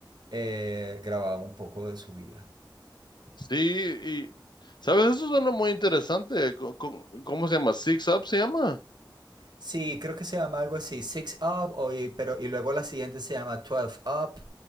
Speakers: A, on the right (about 65°); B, on the left (about 65°).
A: eh, grababa un poco de su vida.
B: Sí, y, ¿sabes? Eso suena muy interesante. Co- co- ¿Cómo, se llama? Six Up se llama.
A: Sí, creo que se llama algo así, Six Up, o y, pero, y luego la siguiente se llama 12 Up,